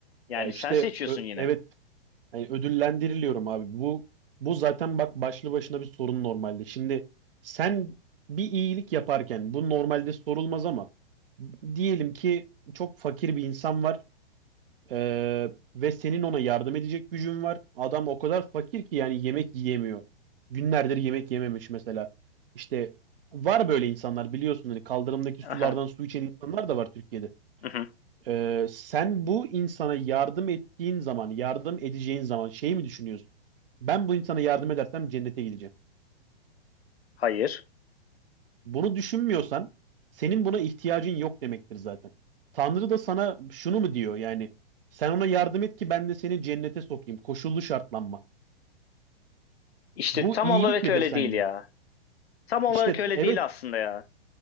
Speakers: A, on the left; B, on the right.
A: Yani
B: Ya işte
A: sen seçiyorsun
B: ö-
A: yine.
B: evet yani ödüllendiriliyorum abi. Bu bu zaten bak başlı başına bir sorun normalde. Şimdi sen bir iyilik yaparken bu normalde sorulmaz ama diyelim ki çok fakir bir insan var. Ee, ve senin ona yardım edecek gücün var. Adam o kadar fakir ki yani yemek yiyemiyor. Günlerdir yemek yememiş mesela. İşte var böyle insanlar biliyorsun hani kaldırımdaki sulardan
A: Aha,
B: su içen insanlar da var Türkiye'de.
A: mhm.
B: Ee, sen bu insana yardım ettiğin zaman, yardım edeceğin zaman şey mi düşünüyorsun? Ben bu insana yardım edersem cennete gidecek.
A: Hayır.
B: Bunu düşünmüyorsan senin buna ihtiyacın yok demektir zaten. Tanrı da sana şunu mu diyor yani sen ona yardım et ki ben de seni cennete sokayım. Koşullu şartlanma.
A: İşte
B: Bu
A: tam
B: iyilik
A: olarak
B: midir
A: öyle
B: sence?
A: değil ya. Tam olarak
B: İşte
A: öyle
B: t- evet
A: değil aslında ya.